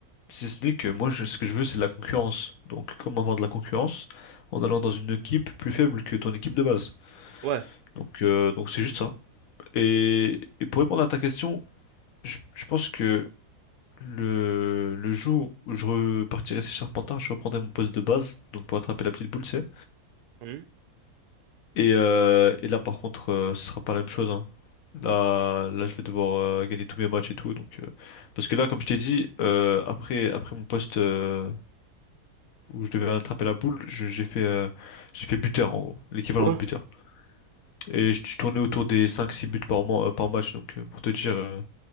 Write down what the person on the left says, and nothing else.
si ce n'est que moi, je- ce que je veux, c'est de la concurrence. Donc, comment avoir de la concurrence? En allant dans une équipe plus faible que ton équipe de base.
Donc, euh, donc c'est juste ça. Et, et pour répondre à ta question, je, je pense que le, le jour où je repartirai chez Charpentard, je reprendrai mon poste de base, donc pour attraper la petite boule, tu sais.
Et, euh, et là, par contre, euh, ce sera pas la même chose, hein. Là, là, je vais devoir euh, gagner tous mes matchs et tout. Donc, euh, parce que là, comme je t'ai dit, euh, après, après mon poste euh, où je devais attraper la boule, je- j'ai fait, euh, j'ai fait buteur en gros, l'équivalent
de buteur. Et je, je tournais autour des cinq six buts par mois, euh, par match. Donc, euh, pour te dire. euh,